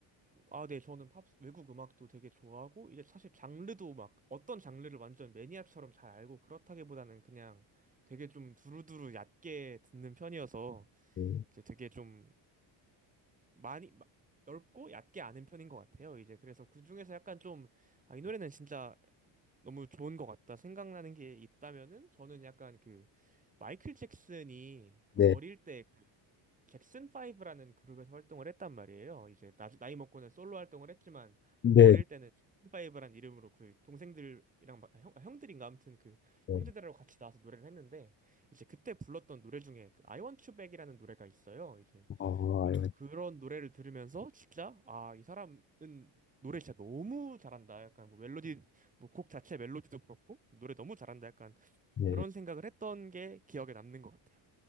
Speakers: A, on the right; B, on the left.
A: 아, 네. 저는 팝, 외국 음악도 되게 좋아하고, 이제 사실 장르도 막 어떤 장르를 완전 매니아처럼 잘 알고 그렇다기보다는 그냥 되게 좀 두루두루 얕게 듣는 편이어서
B: 음,
A: 이제 되게 좀 많이 마- 넓고 얕게 아는 편인 것 같아요. 이제 그래서 그 중에서 약간 좀, 아, 이 노래는 진짜 너무 좋은 것 같다 생각나는 게 있다면은 저는 약간 그 마이클 잭슨이 그
B: 네,
A: 어릴 때그 잭슨 파이브라는 그룹에서 활동을 했단 말이에요. 이제 나, 나이 먹고는 솔로 활동을 했지만
B: 네,
A: 어릴 때는 잭슨 파브라는 이름으로 그 동생들이랑 막- 형, 형들인가 아무튼 그
B: 네.
A: 형제들하고 같이 나와서 노래를 했는데 이제 그때 불렀던 노래 중에 그 I Want You Back이라는 노래가 있어요. 이제
B: 어,
A: 그래서
B: 아유,
A: 그런 노래를 들으면서 진짜 아, 이 사람은 노래 진짜 너무 잘한다. 약간 뭐 멜로디 뭐 곡 자체 멜로디도 그렇고 노래 너무 잘한다. 약간
B: 네,
A: 그런 생각을 했던 게 기억에 남는 것 같아요.